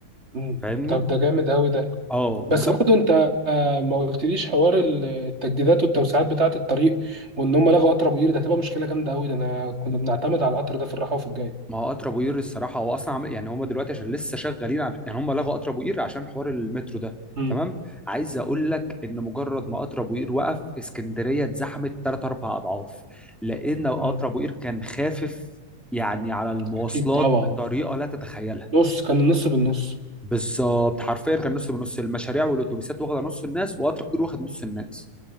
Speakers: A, on the right; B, in the centre.
A: امم
B: فاهمني
A: طب ده جامد قوي ده
B: اه وجنب
A: بس برضه انت آه، ما قلتليش حوار ال- التجديدات والتوسعات بتاعه الطريق وان هم لغوا قطر ابو قير ده هتبقى مشكله جامده قوي ده انا كنا بنعتمد على القطر ده في الراحه وفي الجاي
B: ما هو قطر ابو قير الصراحه هو اصلا عمل يعني هم دلوقتي عشان لسه شغالين على يعني هم لغوا قطر ابو قير عشان حوار المترو ده
A: مم.
B: تمام عايز اقول لك ان مجرد ما قطر ابو قير وقف اسكندريه اتزحمت ثلاث اربع اضعاف لان قطر
A: مم.
B: ابو قير كان خافف يعني على المواصلات
A: أكيد طبعا
B: بطريقه لا تتخيلها
A: نص كان النص بالنص
B: بالظبط حرفيا كان نص بنص المشاريع والاتوبيسات واخده نص الناس وقطر ابو قير واخد نص الناس